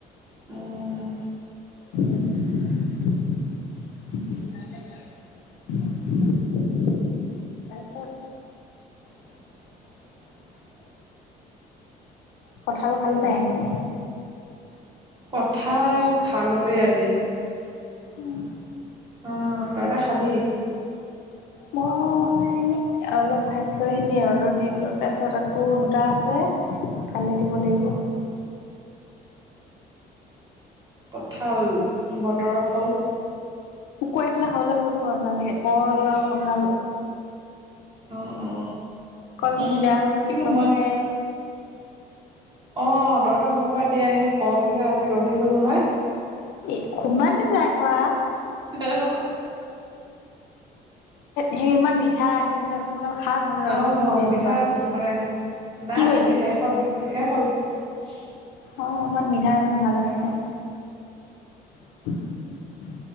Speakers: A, on the right; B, on the left.
A: উম।
B: <unintelligible> তাৰপিছত।
A: <unintelligible>
B: কঠাল ভাল পাই এখেতে।
A: কঁঠাল খালো দেই আজি।
B: উমঁ।
A: অঁ। তই কা খালি?
B: মই- অলপ খাইছিলো সেইখিনি ৰ'দত দি দিলো তাৰপিছত আকৌ দুটা আছে- কাইলে দিব লাগিব।
A: কঠাল। বতৰৰ ফল।
B: সোকোৱাই থ'লে খাবলৈ বহুত মজা লাগে কল আৰু কঁঠাল।
A: অ অ
B: কল খিনি
A: উম উম
B: বেয়া হ'ব বুলি
A: কিন্তু
B: চবকে-
A: অঁ তহঁতৰ ঘৰৰ পৰা দিয়া সেই কলকেইটা আজি ৰহি গ'ল নহয়।
B: এ' ইমান দিন নাই খোৱা।
A: অঁহ।
B: সেই ইমান মিঠা সেইখিনি। খা নহ'লে
A: অঁহ
B: ৰ'দত দি দিবি ৰাতিপুৱা।
A: মিঠা আছিল মানে নাই
B: কি কৰিলি?
A: এতিয়া শেষ হ'ল, শেষ হ'ল। <unintelligible>
B: অঁ ইমান মিঠা। ইমান ভাল আছিলে
A: আৰু।
B: <unintelligible>